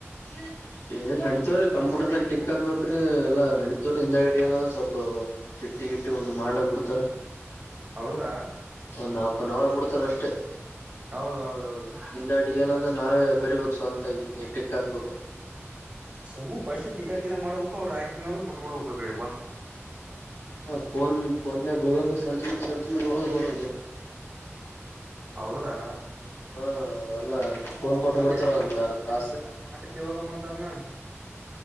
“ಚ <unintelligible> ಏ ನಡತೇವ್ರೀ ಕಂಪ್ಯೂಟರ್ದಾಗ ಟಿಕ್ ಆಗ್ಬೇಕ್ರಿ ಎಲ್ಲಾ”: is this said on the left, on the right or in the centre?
Left